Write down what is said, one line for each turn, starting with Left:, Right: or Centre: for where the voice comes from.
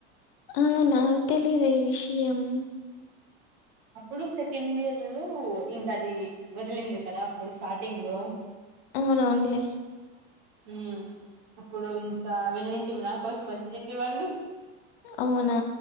Left: ఆ నాకు తెలిదే ఈ విషయం.
Right: అప్పుడు సెకండ్ ఇయర్లో ఇంకది వదిలింది కదా అప్పుడు స్టార్టింగ్లో
Left: అవునవునులే.
Right: హ్మ్ అప్పుడు ఇంకా వెళ్ళింటిమి నా కోసం వచ్చిండ్రి వాళ్ళు
Left: అవునా